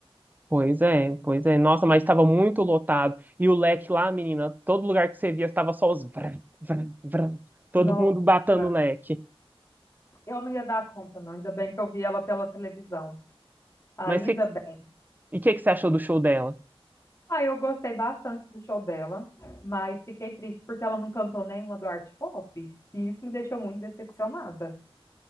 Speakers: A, on the right (about 15°); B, on the left (about 30°).
A: Pois é, pois é. Nossa, mas estava muito lotado. E o leque lá, menina, todo lugar que você via estava só os vram, vram, vram. Todo
B: Nossa,
A: mundo batendo o leque.
B: Eu não ia dar conta, não. Ainda bem que eu vi ela pela televisão. Ainda
A: Mas que, que-
B: bem.
A: e o que, que você achou do show dela?
B: Ah, eu gostei bastante do show dela, mas fiquei triste porque ela não cantou nenhuma do art pop. E isso me deixou muito decepcionada.